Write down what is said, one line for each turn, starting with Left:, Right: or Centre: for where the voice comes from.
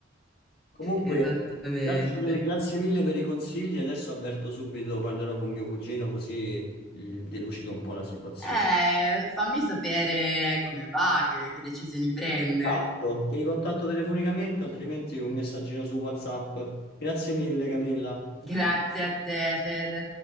Left: Comunque,
Centre: esattamente.
Left: grazie, per- grazie mille per i consigli. Adesso avverto subito, parlerò con mio cugino così eh, delucido un po' la situazione.
Centre: Eh, fammi sapere come va, che, che decisioni prende.
Left: Ti contatto ti ricontatto telefonicamente, altrimenti un messaggino su WhatsApp. Grazie mille, Camilla.
Centre: Grazie a te, Fede.